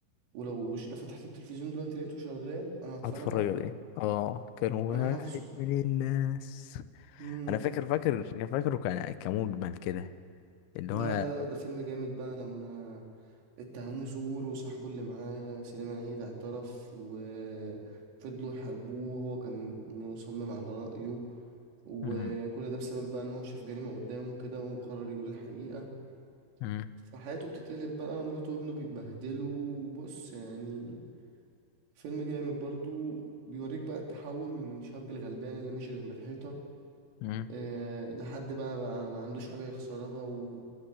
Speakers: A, on the right; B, on the left.
A: ولو ش... لو فتحت التلفزيون دلوقتي لقيته شغال انا هتفرج
B: هتفرج
A: عليه
B: على ايه اه كان واحد
A: انا حافظه
B: من الناس
A: امم
B: أنا فاكر فاكر فاكره كان كمجمل كده اللي هو
A: لا لا لا ده فيلم جامد بقى لما اتهموه زور وصاحبه اللي معاه سليمان عيد اعترف وفضلوا يحاربوه وهو كان مصمم على رأيه وكل
B: مم.
A: ده بسبب بقى ان هو شاف جريمة قدامه كده وقرر يقول الحقيقة
B: مم.
A: فحياته بتتقلب بقى مراته وابنه بيتبهدلوا وبص يعني فيلم جامد برضو بيوريك بقى التحول من شاب الغلبان اللي ماشي جنب الحيطة
B: مم.
A: أه لحد بقى بقى ما عندوش حاجة يخسرها و...